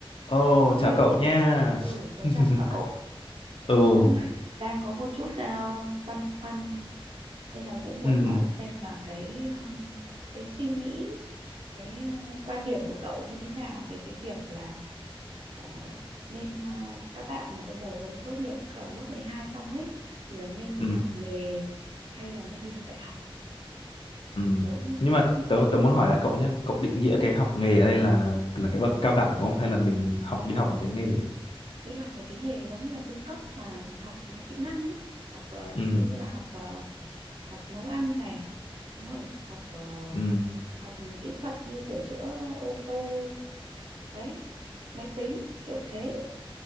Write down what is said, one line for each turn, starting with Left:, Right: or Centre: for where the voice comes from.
Left: Ồ,
Right: Thông ơi,
Left: chào cậu nha.
Right: ừ, tớ
Left: <laughs>
Right: chào cậu,
Left: Ừ,
Right: cũng đang có một chút à, băn khoăn nên là cũng muốn
Left: ừ,
Right: hỏi xem là cái à, cái suy nghĩ, cái à, quan điểm của cậu như thế nào về cái việc là ờ, nên à, các bạn mà bây giờ vừa mới tốt nghiệp ờ, lớp 12 xong ấy thì là nên đi
Left: ừ,
Right: học nghề hay là nên đi học đại học
Left: ừ.
Right: thì tớ cũng,
Left: Nhưng mà
Right: cũng
Left: tớ, tớ muốn hỏi lại cậu nhé. Cậu định
Right: ừ,
Left: nghĩa cái học nghề ở đây là là cái bậc cao đẳng đúng không? Hay là mình học đi học một cái nghề?
Right: đi học một cái nghề giống như là trung cấp mà học học kỹ năng ấy, học ờ,
Left: Ừ,
Right: ví dụ như là học ờ, học nấu ăn này đúng không học ờ,
Left: ừ,
Right: học kỹ thuật như sửa chữa ô tô đấy máy tính kiểu thế